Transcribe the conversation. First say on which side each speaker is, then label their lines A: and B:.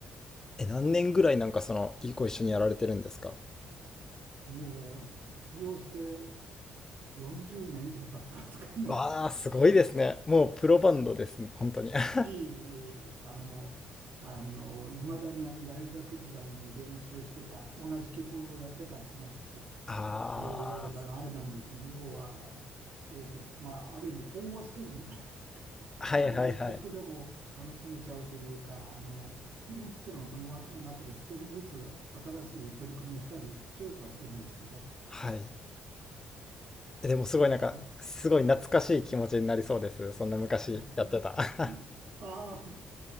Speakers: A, on the left; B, on the right.
A: え、何年ぐらいなんかその、いご一緒にやられてるんですか
B: もう卒業して40年以上経ってますかね。
A: わあ、すごいですね。もうプロバンドですね、本当に。
B: <laughs>
A: <laughs>
B: いえいえいえいえ、あのもう、あの、いまだにあの大学時代に練習してた、同じ曲をやってたりしますし、
A: ああ、
B: えー、ただあれなんですよね。要は、えーと、まあ、ある意味飽和してるので、<laughs>
A: はいはいはい。
B: なんか同じ曲でも楽しめちゃうというか、あの、もちろんその枠の中で少しずつ新しい取り組みをしたりしようとはしてるんですけど、
A: はい。えでもすごいなんか、
B: は、
A: すごい懐かしい気持ちになりそうです。そんな昔やってた。
B: <laughs>
A: <laughs>
B: ああ、